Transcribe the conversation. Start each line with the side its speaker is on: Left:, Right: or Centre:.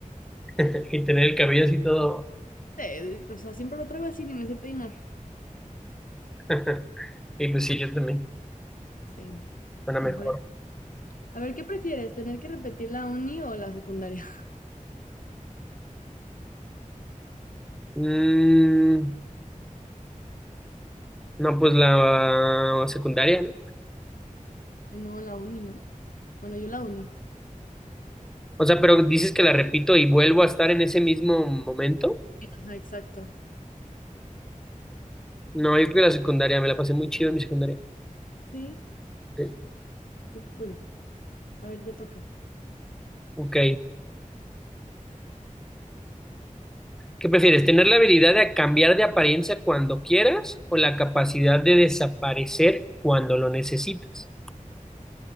Centre: <laughs> Y tener el cabello así todo.
Left: Sí, o sea, siempre lo traigo así, ni me sé peinar.
Centre: <laughs> Y pues sí, yo también.
Left: Sí,
Centre: Suena
Left: mejor
Centre: mejor.
Left: es. A ver, ¿qué prefieres? ¿Tener que repetir la uni o la secundaria?
Centre: Mm, No, pues la secundaria, ¿no?
Left: <laughs> Ay, No, la uni, ¿no? Bueno, yo la uni.
Centre: O sea, pero dices que la repito y vuelvo a estar en ese mismo momento.
Left: Ajá, exacto.
Centre: No, yo creo que la secundaria, me la pasé muy chido en mi secundaria.
Left: Sí,
Centre: Sí.
Left: qué cool. A ver, te toca.
Centre: Ok. ¿Qué prefieres? ¿Tener la habilidad de cambiar de apariencia cuando quieras o la capacidad de desaparecer cuando lo necesitas?